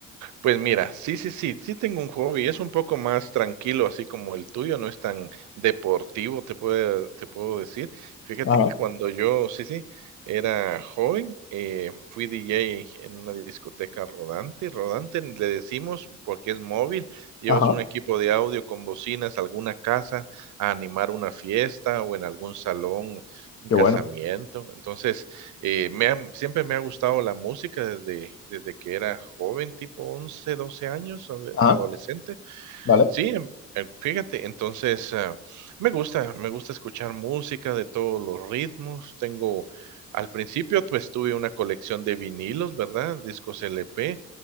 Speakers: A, on the right (about 75°); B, on the left (about 45°).
A: Pues mira, sí, sí, sí, sí tengo un hobby, es un poco más tranquilo, así como el tuyo, no es tan deportivo, te puedo, te puedo decir. Fíjate
B: Ajá,
A: que cuando yo, sí, sí, era joven, eh, fui DJ en una discoteca rodante. Rodante le decimos porque es móvil, llevas
B: ajá,
A: un equipo de audio con bocinas a alguna casa a animar una fiesta o en algún salón, un
B: qué
A: casamiento.
B: bueno.
A: Entonces, eh, me ha- siempre me ha gustado la música desde, desde que era joven, tipo 11 12 años, ade-
B: Ajá,
A: adolescente.
B: vale.
A: Sí, em, eh, fíjate, entonces, ah, me gusta, me gusta escuchar música de todos los ritmos. Tengo, al principio, pues tuve una colección de vinilos, ¿verdad? Discos LP,